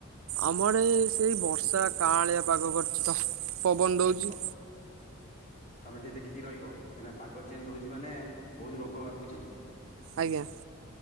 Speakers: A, on the right; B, on the left.
A: ଆମର ସେଇ ବର୍ଷା କାଁଳିଆ ପାଗ କରିଚି ତ ପବନ ଦଉଚି।
B: ଛ ତମେ ଟିକିଏ ଦେଖିକି ରହିବ ଏନା ପାଗ ଚେଞ୍ଜ ହଉଛି ମାନେ ବହୁତ ରୋଗ ବାପୁଛି।
A: ଆଜ୍ଞା।